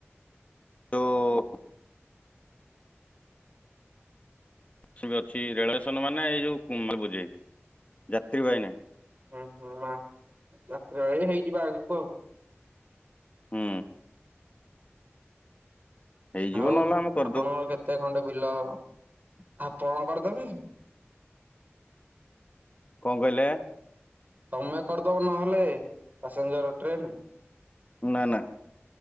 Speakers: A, on the left; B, on the right.
A: ଯୋଉ ବସ୍ ବି ଅଛି ରେଳଷ୍ଟେନ ମାନେ ଏଇ ଯୋଉ ମାଲ୍ ବୁଝେଇ ଯାତ୍ରୀ ବାହି ନାହିଁ।
B: ହୁଁ ହୁଁ ମାଲ୍ ଯାତ୍ରୀ ବାହି ହେଇଯିବ ଆଗକୁ।
A: ହୁଁ। ହେଇଯିବ
B: ଆଉ
A: ନହେଲେ ଆମେ କରିଦବୁ
B: ଆପଣଙ୍କର କେତେ ଖଣ୍ଡେ ବିଲ ହବ। ଆପଣ କରିଦେବେ?
A: କଣ କହିଲେ?
B: ତମେ କରିଦବ ନହେଲେ ପାସେଞ୍ଜର ଟ୍ରେନ।
A: ନାଁ ନାଁ।